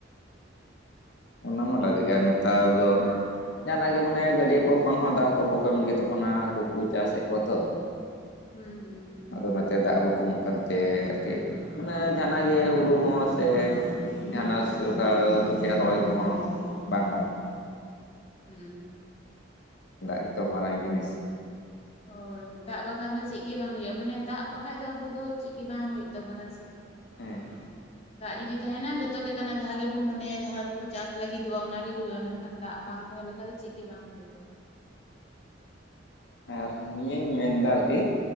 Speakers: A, on the left; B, on the left.
A: ᱚᱱᱟ ᱢᱟ ᱞᱟᱜᱮ ᱜᱮ ᱟᱨ ᱱᱮᱛᱟᱨ ᱫᱚ ᱡᱟᱦᱟᱱᱟᱜ ᱜᱮ ᱢᱟᱱᱮ ᱜᱟᱹᱰᱭᱟᱹ ᱠᱚ ᱠᱷᱚᱱ ᱦᱚᱸ ᱫᱟᱜ ᱠᱚ ᱵᱟᱠᱚ ᱮᱢ ᱞᱟᱹᱜᱤᱫᱚᱜ ᱠᱟᱱᱟ ᱦᱟᱹᱠᱩ ᱠᱚ ᱪᱟᱥᱮᱜ ᱠᱚᱣᱟ ᱛᱚ᱾
B: ᱦᱩᱸ ᱦᱩᱸ᱾
A: ᱟᱫᱚ ᱚᱱᱟᱛᱮ ᱫᱟᱜ ᱵᱟᱠᱚ ᱮᱢᱚᱜ ᱠᱟᱱᱛᱮ ᱟᱨᱠᱤᱼᱼ ᱢᱟᱱᱮ ᱡᱟᱦᱟᱱᱟᱜ ᱜᱮ ᱦᱩᱲᱩ ᱦᱚᱸ ᱥᱮ ᱡᱟᱦᱟᱱᱟᱜ ᱥᱮ ᱚᱠᱟ ᱩᱛᱩ ᱛᱮᱭᱟᱜ ᱨᱚᱦᱚᱭᱼᱼ ᱠᱚ ᱦᱚᱸ ᱵᱟᱝ ᱜᱟᱱᱚᱜ ᱠᱟᱱᱟ
B: ᱦᱩᱸ,
A: ᱫᱟᱜ ᱜᱮ ᱛᱚ ᱢᱟᱨᱟᱝ ᱡᱤᱱᱤᱥ,
B: ᱦᱳᱭ, ᱫᱟᱜ ᱵᱟᱠᱷᱟᱱ ᱫᱚ ᱪᱮᱫ ᱜᱮ ᱵᱟᱝ ᱦᱳᱭᱳᱜ ᱢᱟᱱᱮ ᱫᱟᱜ ᱵᱟᱠᱷᱟᱡ ᱫᱚ ᱟᱵᱚ ᱫᱚ ᱪᱮᱫ ᱜᱮ ᱵᱟᱝ ᱦᱳᱭᱳᱜ ᱛᱟᱵᱚᱱᱟ ᱥᱮ,
A: ᱦᱮᱸ
B: ᱫᱟᱜ ᱡᱩᱫᱤ ᱛᱟᱦᱮᱱᱟ ᱡᱚᱛᱚ ᱞᱮᱠᱟᱱᱟᱜ ᱡᱟᱦᱟᱸ ᱜᱮ ᱵᱚ ᱢᱚᱱᱮᱭᱟ ᱡᱟᱦᱟᱸ ᱠᱚ ᱵᱚ ᱪᱟᱥ ᱞᱟᱹᱜᱤᱫᱚᱜᱼᱟ, ᱚᱱᱟ ᱜᱮ ᱦᱩᱭᱩᱜᱼᱟ ᱢᱮᱱ ᱠᱷᱟᱱ ᱫᱟᱜ ᱵᱟᱝ ᱛᱟᱦᱚᱞᱮ ᱠᱷᱟᱱ ᱫᱚ ᱪᱮᱫ ᱜᱮ ᱵᱟᱝ ᱦᱩᱭᱩᱜᱼᱟ ᱾
A: ᱟᱨ ᱱᱤᱭᱟᱹᱧ ᱢᱮᱱᱫᱟ ᱟᱨᱠᱤ,